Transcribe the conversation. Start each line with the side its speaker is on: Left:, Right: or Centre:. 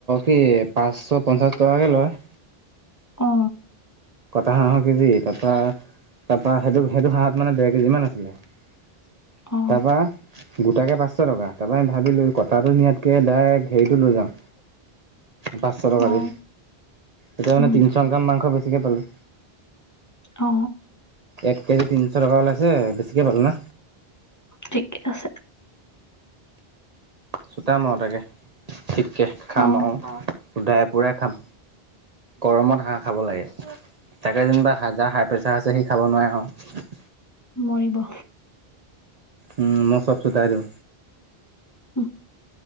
Right: কি পাঁচশ পঞ্চাশ টকাকে লয়
Left: অ
Right: কটা হাঁহ কেজি তাপা তাপা সেইটো সেইটো হাঁহত মানে ডেৰ কেজিমান আছিলে তাৰপৰা
Left: অ
Right: গোটাকে পাঁচশ টকা তাৰপৰাই ভাবিলোঁ কটাটো নিয়াতকৈ ডাইৰেক্ট হেৰিটো লৈ যাওঁ
Left: <inaudible>
Right: পাঁচশ টকা
Left: অ
Right: দি এতিয়া মানে
Left: উম
Right: তিনিশ গ্ৰাম মাংস বেছিকৈ পালোঁ।
Left: অ
Right: এক কেজি তিনিশ টকা ওলাইছে বেছিকে পালো না।
Left: ঠিকে আছে
Right: চোতাম আৰু তাকে ঠিককে খাম
Left: অ
Right: আৰু শুধাই পুৰাই খাম গৰমত হাঁহ খাব লাগে তাকে যেনিবা হাজাৰ হা প্ৰেছাৰ আছে সি খাব নোৱাৰে আৰু।
Left: মৰিব
Right: উম মই সব চোতাই দিও
Left: উ